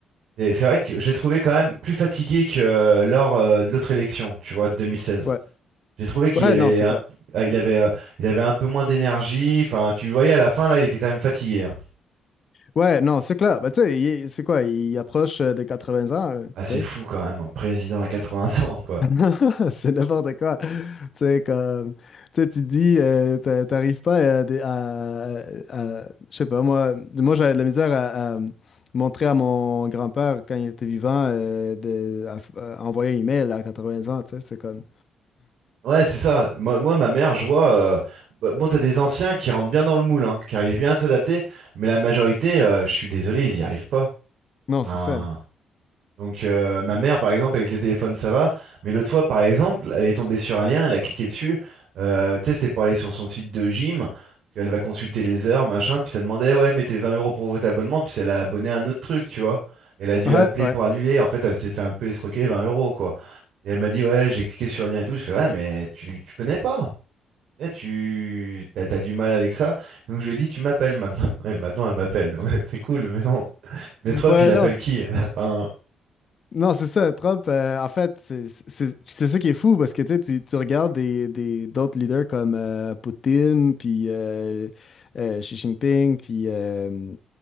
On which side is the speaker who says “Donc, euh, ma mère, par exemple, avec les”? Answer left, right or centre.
Right